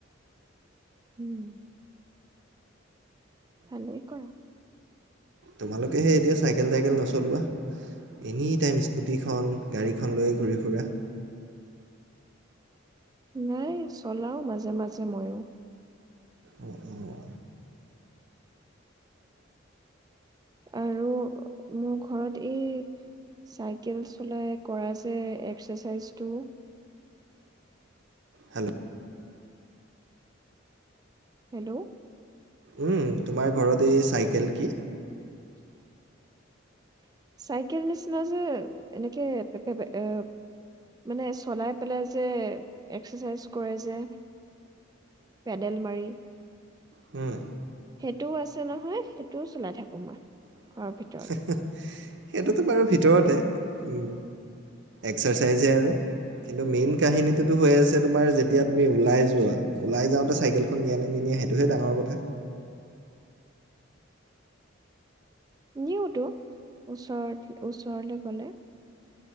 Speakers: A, on the right; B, on the right.
A: উম। ভালে কৰা।
B: তোমালোকেহে এতিয়া চাইকেল থাইকেল নচলোৱা এনি টাইম স্কুটিখন গাড়ীখন লৈয়ে ঘূৰি ফুৰা
A: নাই চলাওঁ মাজে, মাজে ময়ো।
B: অ উহ
A: আৰু মোৰ ঘৰত এই চাইকেল চলাই কৰা যে এক্সাৰচাইজটো
B: হেল্ল
A: হেল্ল
B: উম, তোমাৰ ঘৰত এই চাইকেল কি?
A: <inaudible> চাইকেল নিচিনা যে, এনেকে পে পে এ মানে চলাই পেলাই যে, এক্সাৰচাইজ কৰে যে পেডেল মাৰি
B: হম।
A: সেইটোও আছে নহয়, সেইটোও চলাই থাকো মই।
B: <inaudible>
A: ঘৰৰ ভিতৰতে
B: সেইটোতো বাৰু ভিতৰতে, উম, এক্সাৰচাইজহে আৰু। কিন্তু মেইন কাহিনীটোতো হৈ আছে তোমাৰ যেতিয়া তুমি ওলাই যোৱা, ওলাই যাওঁতে চাইকেলখন নিয়া নে নিনিয়া, সেইটোহে ডাঙৰ কথা।
A: নিওঁতো, ওচৰত <unintelligible> ওচৰলে গলে